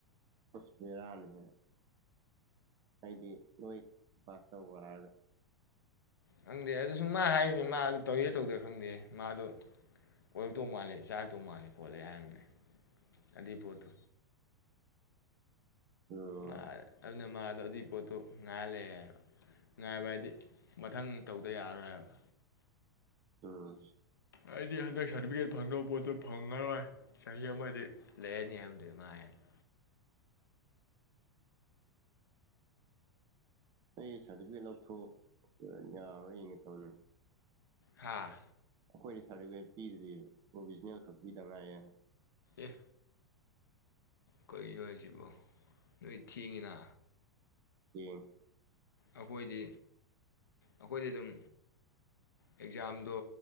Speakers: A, on the right; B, on the left.
A: ꯍꯁ ꯐꯤꯦꯔꯜꯃꯦ ꯍꯥꯏꯗꯤ ꯅꯣꯏ ꯄꯥꯁ ꯇꯧꯕ ꯍꯥꯏꯒ
B: ꯈꯪꯗꯦ ꯑꯗꯨ ꯁꯨꯝ ꯃꯥ ꯍꯥꯏꯔꯤꯅꯦ ꯃꯥꯗ ꯇꯧꯔꯤꯔ ꯇꯧꯗ꯭ꯔꯥ ꯈꯪꯗꯦ ꯃꯥꯗꯣ ꯑꯣꯏꯔꯛꯇꯧ ꯃꯥꯜꯂꯦ ꯆꯥꯔꯛꯇꯧ ꯃꯥꯜꯂꯦ ꯈꯣꯠꯂꯦ ꯍꯥꯏꯔꯝꯅꯦ ꯑꯗꯨꯏ ꯄꯣꯠꯇꯨ
A: ꯎꯝ
B: ꯃꯥ ꯑꯗꯨꯅ ꯃꯥ ꯑꯗꯣ ꯑꯗꯨꯏ ꯄꯣꯠꯇꯣ ꯉꯥꯏꯜꯂꯦ ꯍꯥꯏꯕ ꯉꯥꯏꯕ ꯍꯥꯏꯗꯤ ꯃꯊꯪ ꯇꯧꯗ ꯌꯥꯔꯣꯏ ꯍꯥꯏꯕ
A: ꯑꯥ
B: ꯑꯩꯗꯤ ꯍꯗ ꯁꯔꯇꯤꯐꯤꯦꯠ ꯐꯪꯗꯕ ꯄꯣꯠꯇꯣ ꯐꯪꯉꯔꯣꯏ ꯆꯍꯤ ꯑꯃꯗꯤ ꯂꯩꯔꯅꯤ ꯍꯥꯏꯕꯗꯨꯃꯥ ꯍꯅ
A: ꯑꯩ ꯁꯥꯔꯇꯤꯐꯤꯀꯦꯠ ꯂꯧꯊꯣꯛ ꯌꯥꯔ ꯌꯦꯡꯉꯦ ꯇꯅꯤ
B: ꯍꯥꯥ
A: ꯑꯩꯈꯣꯏꯅ ꯁꯥꯔꯇꯤꯐꯤꯀꯦꯠ ꯄꯤꯗ꯭ꯔꯤ ꯄ꯭ꯔꯣꯚꯖꯅꯦꯜ ꯈꯛ ꯄꯤꯗꯕ꯭ꯔꯥ ꯍꯥꯏ
B: ꯑꯦ ꯀꯔꯤꯅꯣ ꯍꯥꯏꯁꯤꯕꯣ ꯅꯣꯏ ꯊꯦꯡꯉꯤꯅ
A: ꯊꯃ
B: ꯑꯩꯈꯣꯏꯗꯤ ꯑꯩꯈꯣꯏꯗꯤ ꯑꯗꯨꯝ ꯑꯦꯛꯖꯥꯝꯗꯣ